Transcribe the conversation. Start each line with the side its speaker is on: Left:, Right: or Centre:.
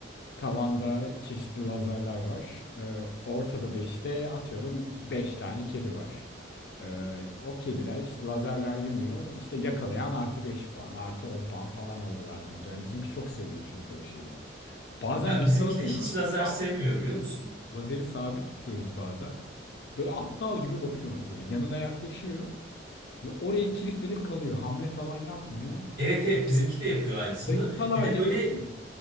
Left: Tavanda çeşitli lazerler var. Ee, ortada da işte atıyorum 5 tane kedi var. Ee, o kediler işte lazerler yanıyor. İşte yakalayan artı 5 puan, artı 10 puan falan alırlardı muhtemelen. Bizimki çok seviyor çünkü o şeyi. Bazen
Right: Ya
Left: yakalamıyor.
Right: bizimki de hiç lazer
Left: Sabit
Right: sevmiyor
Left: tutuyoruz.
Right: biliyor musun?
Left: Lazeri sabit tutuyoruz bazen. Böyle aptal gibi bakıyor ona böyle. Yanına yaklaşıyor. Ve oraya kilitlenip kalıyor. Hamle falan yapmıyor.
Right: Evet evet bizimki
Left: Ee,
Right: de yapıyor aynısını.
Left: dakikalarca
Right: Bir de böyle
Left: bakıyor.